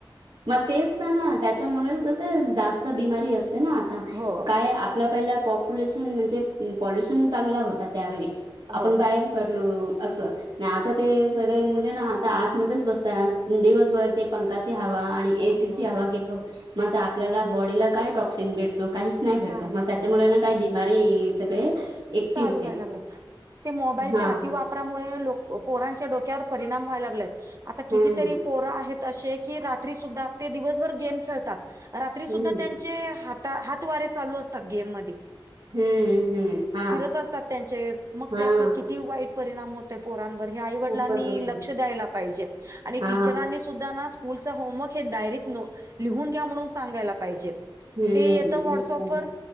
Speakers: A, on the right; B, on the right.
A: मग तेच तर ना त्याच्यामुळेच ते जास्त बिमारी असते ना आता
B: हो
A: काय आप आपल्या पहिला पॉप्युलेशन म्हणजे पॉल्युशन चांगला होता त्यावेळी आपण
B: हो
A: बाहेर. हॅलो असं नाही आता ते सगळे मुले ना आता आतमध्येच बसतय दिवसभर ते पंखाची हवा आणि एसीची
B: हो
A: हवा घेतो मग ते
B: हो
A: आपल्याला बॉडीला काय टॉक्सिन भेटतो कायस नाही भेटतो,
B: काहीच
A: मग त्याच्यामुळे
B: नाही काहीच
A: ना काही बिमारी सगळे. एकटी
B: चालू
A: होते
B: व्हाय लागलं ते मोबाईलच्या
A: हा
B: अतिवाप फोनामुले पोरांच्या डोक्यावर परिणाम व्हाय लागत आता
A: हम्म
B: कितीतरी पोर आहेत असे की रात्री सुद्धा ते दिवसभर गेम खेळतात रात्री सुद्धा
A: हम्म
B: ग्या तेहात वारे चालू असतात गेम मध्ये.
A: हम्म हम्म हम्म. हा.
B: त्यां मग
A: हा.
B: त्याचा किती वाईट परिणाम होत पोरांवर हे आईवडिलांनी
A: खूपच होते.
B: लक्ष द्यायला. पाहिजे आणि
A: हा
B: टीचरआणि सुद्धा ना स्कूल होमवर्क डायरीत लिहून घ्या म्हणून सांगायला पाहिजे.
A: हम्म.
B: ते येतं
A: तेच
B: व्हॉटसअपवर.
A: तर